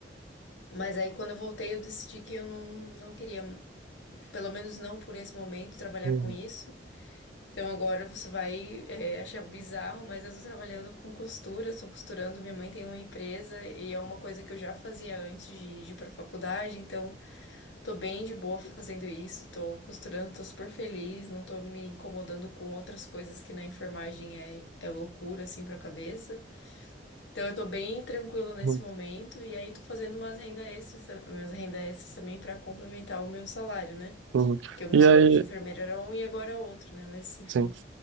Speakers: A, on the left; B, on the right.
A: Mas aí, quando eu voltei, eu decidi que eu não, não queria, pelo menos não por esse momento, trabalhar
B: uhum,
A: com isso. Então agora você vai é, achar bizarro, mas eu tô trabalhando com costura, tô costurando, minha mãe tem uma empresa e é uma coisa que eu já fazia antes de, de ir pra faculdade, então tô bem de boa fazendo isso, tô costurando, tô super feliz, não tô me incomodando com outras coisas que na enfermagem é, é loucura assim pra cabeça. Então eu tô bem tranquila nesse
B: uhum,
A: momento e aí tô fazendo umas renda extras, umas renda extras também pra complementar o meu salário, né?
B: uhum.
A: Porque o meu
B: E
A: salário
B: aí,
A: de enfermeira era um e agora é outro, né? Mas enfim.
B: sim.